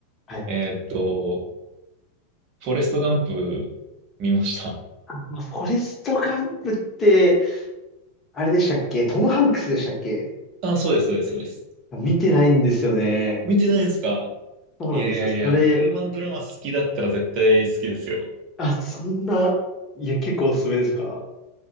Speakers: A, on the left; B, on the right.
A: はい。
B: えっと、フォレストガンプ見ました。
A: あまあ、フォレスト・ガンプって、あれでしたっけトム・ハンクスでしたっけ
B: ああ、そうです、そうです、そうです。
A: 見てないんですよね。
B: 見てないですか
A: そうなんですよ。
B: いやいやいや、
A: それ、
B: ヒューマンドラマ好きだったら絶対好きですよ。
A: あ、そんな、いや、結構おすすめですか